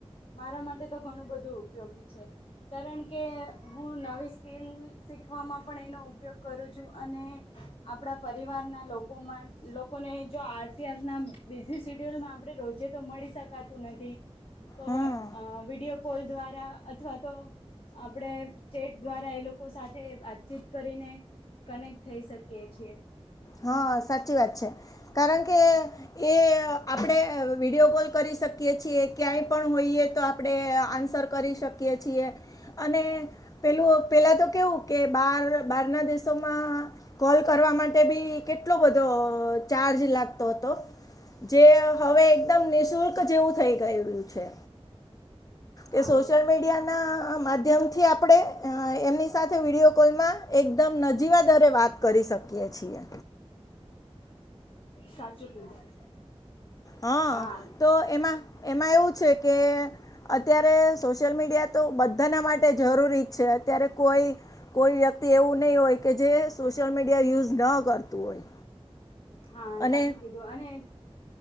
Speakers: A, on the left; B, on the left.
A: મારા માટે તો ઘણું બધું ઉપયોગી છે. કારણ કે હું નવી સ્કિલ શીખવામાં પણ એનો ઉપયોગ કરું છું અને આપડા પરિવારના લોકોમાં લોકોને જો આરતીયાર ના બિઝી સીડ્યુલમાં આપડે રોજે તો મળી શકાતું નથી તો
B: હમ
A: અ વિડીયો કોલ દ્વારા અથવા તો આપડે ચેટ દ્વારા એ લોકો સાથે વાતચીત કરીને કનેક્ટ થઈ શકીએ છીએ.
B: હ સાચી વાત છે કારણ કે એ આપડે વિડીયો કોલ કરી શકીએ છીએ ક્યાંય પણ હોઈએ તો આપડે આન્સર કરી શકીએ છીએ. અને પેલું પહેલાં તો કેવું કે બાર બારના દેશોમાં કોલ કરવા માટે બી કેટલો બધો અ ચાર્જ લાગતો હતો. જે હવે એકદમ નિઃશુલ્ક જેવું થઈ ગયું છે.
A: હા.
B: એ સોશિયલ મીડિયા
A: <inaudible>
B: માધ્યમ થી આપડે અ એમની સાથે વિડીયો કોલમાં એકદમ નજીવા દરે વાત કરી શકીએ છીએ.
A: સાચું કીધું.
B: હ
A: હા
B: તો એમાં એમાં એવું છે કે અત્યારે સોશિયલ મીડિયા તો બધાના માટે જરૂરી જ છે અત્યારે કોઈ કોઈ વ્યક્તિ એવું નહીં હોય કે જે સોશિયલ મીડિયા યુઝ ન કરતું હોય
A: હા
B: અને
A: સાચું કીધું અને